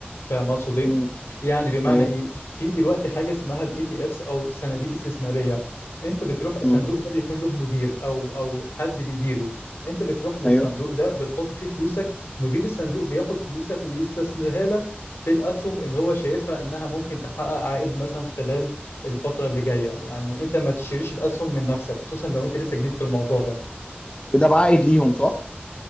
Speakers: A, on the left (about 85°); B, on the left (about 30°).
A: فاهم اقصد ايه؟
B: مم.
A: يعني بمعنى
B: ايوه
A: ايه؟ في دلوقتي حاجه اسمها الاي تي افس او صناديق استثماريه انت بتروح الصندوق
B: مم.
A: ده بيكون له مدير او او حد بيديره انت بتروح للصندوق
B: ايوه
A: ده بتحط فيه فلوسك مدير الصندوق بياخد فلوسك ويستثمرها لك في الاسهم اللي هو شايفها انها ممكن تحقق عائد مثلا خلال الفتره اللي جايه يعني انت ما تشتريش الاسهم من نفسك خصوصا لو انت لسه جديد في الموضوع ده
B: وده بعائد ليهم صح؟